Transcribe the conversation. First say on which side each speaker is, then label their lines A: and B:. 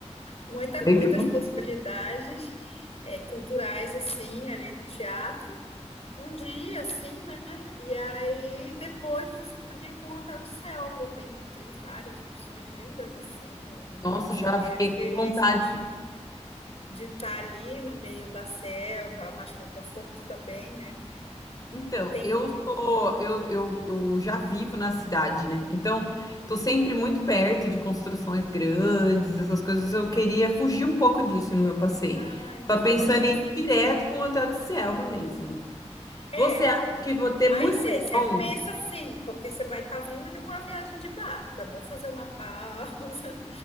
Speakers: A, on the left; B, on the left.
A: muita,
B: Legal.
A: muitas possibilidades é, culturais, assim, ali do teatro. Um dia, assim, né? E aí depois você podia ir para um hotel de selva. Tem, tem várias opções lindas, assim, no, no,
B: Nossa,
A: para você
B: já
A: ter
B: fiquei
A: a experiência
B: com vontade
A: de, de estar ali no meio da selva, mas com conforto também, né?
B: Então,
A: Tem.
B: eu sou, eu, eu, eu já vivo na cidade, né? Então, tô sempre muito perto de construções grandes, essas coisas. Eu queria fugir um pouco disso no meu passeio.
A: Ai,
B: Tava
A: que
B: pensando
A: ótimo.
B: em ir direto para um hotel de selva mesmo.
A: É.
B: Você acha que vou ter
A: Mas
B: muito pernilongo?
A: você pensa assim, porque você vai estar vindo de uma viagem de barco. É bom fazer uma pausa,